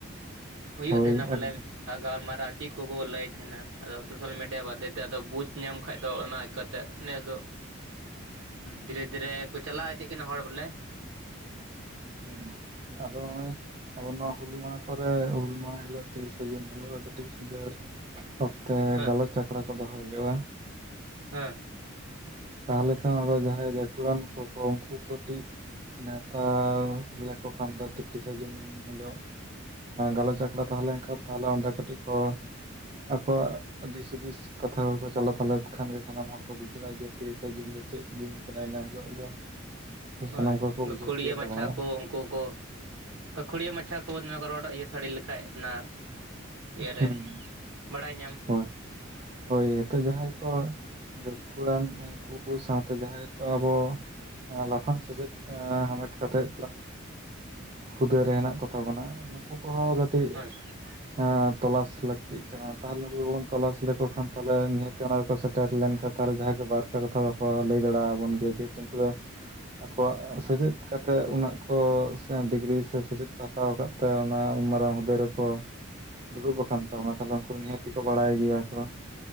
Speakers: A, on the right; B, on the right.
A: ᱦᱩᱭᱩᱜ
B: ᱦᱳᱭ
A: ᱛᱟᱦᱮᱱᱟ ᱵᱚᱞᱮ
B: ᱮᱠᱫᱚᱢ
A: ᱜᱟᱞᱢᱟᱨᱟᱣ ᱪᱮᱫ ᱠᱚᱠᱚ ᱞᱟᱹᱭ ᱛᱟᱦᱮᱱᱟ ᱟᱫᱚ ᱥᱳᱥᱟᱞ ᱢᱤᱰᱤᱭᱟ ᱵᱟᱫᱷᱮᱛᱮ ᱟᱫᱚ ᱵᱩᱡᱽ ᱧᱟᱢ ᱠᱷᱟᱡ ᱫᱚ ᱚᱱᱟ ᱠᱟ ᱱᱮᱥ ᱫᱚ ᱫᱷᱤᱨᱮ ᱫᱷᱤᱨᱮ ᱠᱚ ᱪᱟᱞᱟᱣ ᱤᱫᱤᱜ ᱠᱟᱱᱟ ᱦᱚᱲ ᱵᱚᱞᱮ᱾
B: ᱦᱮᱸ ᱟᱫᱚ ᱱᱚᱜᱼᱚᱭ ᱟᱵ ᱱᱚᱣᱟ ᱦᱩᱞᱢᱟᱟᱦ ᱠᱚᱨᱮ ᱦᱩᱞ ᱢᱟᱦᱟ ᱦᱤᱞᱳᱜ ᱛᱤᱨᱤᱥ ᱡᱩᱱ ᱦᱤᱞᱳᱜ ᱠᱟᱴᱤᱡ ᱥᱤᱜᱟᱨ ᱚᱠ ᱛᱮ
A: ᱦᱮᱸ
B: ᱜᱟᱞᱚᱪ ᱟᱠᱷᱲᱟ ᱠᱚ ᱫᱚᱦᱚ ᱦᱩᱭᱩᱜᱼᱟ᱾
A: ᱦᱮᱸ᱾
B: ᱛᱟᱦᱚᱞᱮ ᱠᱷᱟᱱ ᱟᱫᱚ ᱡᱟᱦᱟᱸᱭ ᱜᱟᱹᱠᱷᱩᱲᱟᱱ ᱠᱚᱠᱚ ᱩᱱᱠᱩ ᱠᱟᱹᱴᱤᱡ ᱱᱮᱶᱛᱟ ᱞᱮᱠᱚ ᱠᱷᱟᱱ ᱫᱚ ᱛᱤᱨᱤᱥᱟ ᱡᱩᱱ ᱦᱤᱞᱳ ᱜᱟᱞᱚᱪ ᱟᱠᱷᱲᱟ ᱛᱟᱦᱮᱸ ᱞᱮᱱᱠᱷᱟᱱ ᱛᱟᱦᱚᱞᱮ ᱚᱸᱰᱮ ᱠᱟᱹᱴᱤᱡ ᱠᱚ ᱟᱠᱚᱣᱟᱜ ᱫᱤᱥ ᱦᱩᱫᱤᱥ ᱠᱟᱛᱷᱟ ᱠᱚᱠᱚ ᱪᱟᱞᱟᱣ ᱛᱟᱞᱮᱫ ᱠᱷᱟᱱ ᱜᱮ ᱥᱟᱱᱟᱢ ᱦᱚᱲ ᱠᱚ ᱵᱩᱡᱟᱹᱣ ᱡᱮ ᱛᱨᱤᱥ ᱡᱩᱱ ᱫᱤᱱ ᱫᱚ ᱪᱮᱫ ᱫᱤᱱ ᱠᱟᱱᱟ ᱤᱱᱟᱹ ᱦᱤᱞᱳᱜ ᱫᱚ᱾
A: ᱦᱳᱭ
B: ᱥᱟᱱᱟᱢ ᱠᱚᱠᱚ ᱵᱩᱡᱷᱟᱹᱣ
A: ᱜᱟᱹᱠᱷᱩᱲᱤᱭᱟᱹ
B: ᱛᱤᱭᱳᱜ
A: ᱢᱟᱪᱷᱟ
B: ᱫᱟᱲᱮᱭᱟᱜᱼᱟ
A: ᱠᱚ ᱩᱱᱠᱩ ᱠᱚ ᱜᱟᱹᱠᱷᱩᱲᱤᱭᱟᱹ ᱢᱟᱪᱷᱟ ᱠᱚ ᱱᱚᱣᱟ ᱠᱚ ᱨᱚᱲ ᱤᱭᱟᱹ ᱥᱟᱹᱲᱤ ᱞᱮᱠᱷᱟᱡ ᱚᱱᱟ ᱤᱭᱟᱹᱨᱮ
B: ᱦᱩᱸ
A: ᱵᱟᱲᱟᱭ ᱧᱟᱢ
B: ᱦᱳᱭ ᱦᱳᱭ ᱱᱤᱛᱚ ᱡᱟᱦᱟᱸᱭ ᱜᱟᱹᱠᱷᱩᱲᱟᱱ ᱩᱱᱠᱩ ᱥᱟᱶᱛᱮ ᱡᱟᱦᱟᱸᱭᱤᱛᱚᱜ ᱟᱵᱚ ᱞᱟᱯᱷᱟᱝ ᱥᱮᱪᱮᱫ ᱦᱟᱢᱮᱴ ᱠᱟᱛᱮᱜ ᱦᱩᱫᱟᱹᱨ ᱨᱮ ᱦᱮᱱᱟᱜ ᱠᱚᱛᱟ ᱵᱚᱱᱟ ᱱᱩᱠᱩ ᱠᱚᱦᱚᱸ ᱠᱟᱹᱴᱤᱡ
A: ᱦᱳᱭ
B: ᱮᱸ ᱛᱚᱞᱟᱥ ᱞᱟᱹᱠᱛᱤᱜ ᱠᱟᱱᱟ ᱛᱟᱦᱚᱞᱮ ᱩᱱᱠᱩ ᱜᱮᱵᱚᱱ ᱛᱚᱞᱟᱥ ᱞᱮᱠᱚ ᱠᱷᱟᱱ ᱛᱟᱦᱚᱞᱮ ᱱᱤᱦᱟᱹ ᱚᱱᱟᱠᱚ ᱥᱮᱴᱮᱨ ᱞᱮᱱᱠᱷᱟᱱ᱾ ᱟᱨᱮ ᱡᱟᱦᱟᱸᱭ ᱠᱚ ᱵᱟᱨᱯᱮ ᱠᱟᱛᱷᱟ ᱫᱚᱠᱚ ᱞᱟᱹᱭ ᱫᱟᱲᱮ ᱟᱵᱚᱱ ᱜᱮᱭᱟ ᱡᱮᱛᱩ ᱩᱱᱠᱩ ᱫᱚ ᱟᱠᱚᱣᱟᱜ ᱥᱮᱪᱮᱫ ᱠᱟᱛᱮᱜ ᱩᱱᱟᱹᱜ ᱠᱚ ᱰᱤᱜᱽᱨᱤ ᱥᱮ ᱥᱮᱪᱮᱫ ᱠᱚ ᱦᱟᱛᱟᱣ ᱟᱠᱟᱫ ᱚᱱᱟ ᱩᱢ ᱢᱟᱨᱟᱝ ᱦᱩᱫᱟᱹᱭ ᱨᱮᱠᱚ ᱫᱩᱲᱩᱵ ᱟᱠᱟᱱ ᱛᱟᱵᱚᱱᱟ ᱛᱟᱦᱚᱞᱮ ᱩᱱᱠᱩ ᱫᱚ ᱱᱤᱦᱟᱹᱛᱤ ᱠᱚ ᱵᱟᱲᱟᱭ ᱜᱮᱭᱟ ᱠᱚ᱾